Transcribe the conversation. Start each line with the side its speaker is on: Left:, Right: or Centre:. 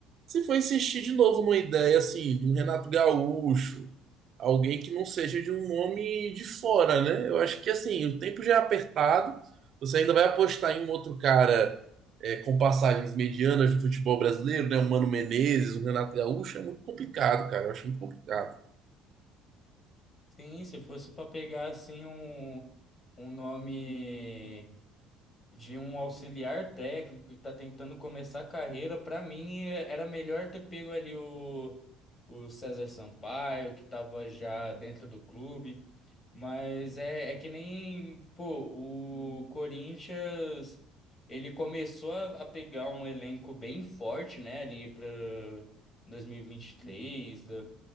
Right: se for insistir de novo numa ideia, assim, de um Renato Gaúcho, alguém que não seja de um nome de fora, né? Eu acho que, assim, o tempo já é apertado, você ainda vai apostar em um outro cara é, com passagens medianas do futebol brasileiro, né? Um Mano Menezes, um Renato Gaúcho, é muito complicado, cara, eu acho muito complicado.
Left: Sim, se fosse para pegar assim um, um nome. de um auxiliar técnico que está tentando começar a carreira, para mim é- era melhor ter pego ali o, o César Sampaio, que estava já dentro do clube. Mas é, é que nem, pô, o Corinthians, ele começou a, a pegar um elenco bem forte, né, ali para 2023, da-